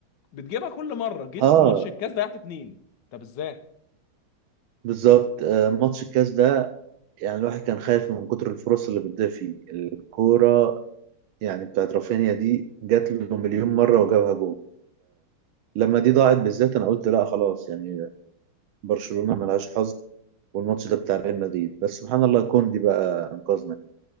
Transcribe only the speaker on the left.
بتجيبها كل مره جيت
في ماتش الكاس ضيعت اتنين طب ازاي